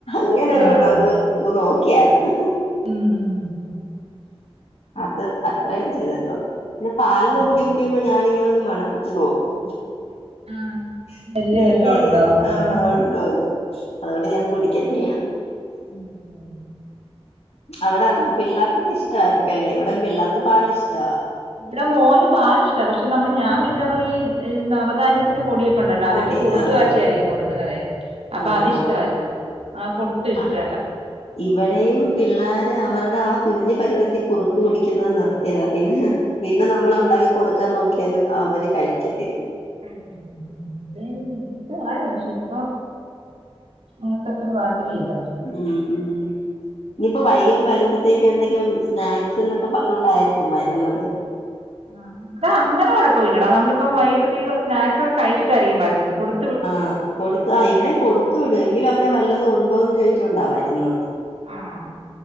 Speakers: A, on the left; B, on the right.
A: ഇങ്ങനൊരു
B: ആഹ്
A: കേട്ടോ അത് ഒന്ന് നോക്കിയായിരുന്നു
B: ഉം ഉം
A: അത് അത്രയേ ചെയ്തിട്ടുള്ളു പിന്നെ പാലൊക്കെ
B: ഉം
A: കുടിക്കുമ്പോ ഞാാനിങ്ങനെ ഒന്ന് മണപ്പിച്ച് നോക്കും
B: ആഹ്
A: സ്മെല്ലെ
B: സ്മെല്ല് വല്ലോം ഉണ്ടോന്നൊക്കെ
A: ആഹ് ഉണ്ടോന്നു അതുകൊണ്ട്
B: ഉം
A: ഞാൻ കുടിക്കത്തില്ല
B: ഉം ഉം
A: അവിടെ പിള്ളേർക്കൊക്കെ ഇഷ്‌ടയിരിക്കും അല്ലേ ഇവിട പിള്ളേർക്ക് പാല് ഇഷ്ടമാ
B: ഇവിടെ മോന് പാല് ഇഷ്ട പക്ഷെ നമ്മള് ഞാൻ മിക്കാറ ഈ നവധാന്യത്തിന്റെ പൊടിയൊക്കെണ്ടല്ലോ
A: പൊടി
B: അതിട്ട് കുറുക്കു
A: ആഹ്
B: കാച്ചി
A: ആഹ്
B: ആയിരിക്കും കൊടുക്കുന്നതെ അപ്പൊ
A: ആഹ്
B: അതിഷ്ടമല്ല
A: ആഹ്
B: ആഹ് കൊട്ടും ഇഷ്ടമല്ല
A: ആഹ് ഇവിടെയും പിള്ളാര് അവരുടെ ആഹ് കുഞ്ഞ് പരുവത്തി കുറുക്ക് കുടിക്കുന്നത് നിർത്തിയതാ പിന്നെ പിന്നെ നമ്മൾ ഉണ്ടാക്കി കൊടുക്കാൻ നോക്കിയാലും അവര് കഴിക്കത്തില്ല
B: ആഹ് ഉം ഇഷ്ടാവരിന്ന് പക്ഷേ ഇപ്പം ങ്ങക്കത്ര താല്പര്യം ഇല്ല.
A: ഉം ഉം ഇനിയിപ്പോ വൈകിട്ട് വരുമ്പോഴത്തേക്ക് എന്തെങ്കി സ്നാക്സ് എന്നൊക്കെ പറഞ്ഞോണ്ടായിരിക്കും വരുന്നത്.
B: ആഹ് ഡ അങ്ങനെ കൊഴപ്പല്ലടാ നമ്മളിപ്പം വൈകിട്ടത്തേക്ക് സ്നാക്സ് കഴിച്ചിട്ടായിരിക്കും വരുന്നത് കൊടു
A: ആഹ് കൊടുത്ത് ആഹ് ഇവിടെയും കൊടുത്തു വിടും എങ്കിലും അമ്മേ വല്ലതും ഉണ്ടോ എന്ന് ചോയിച്ചോണ്ടാ വരുന്നത്.
B: ആഹ്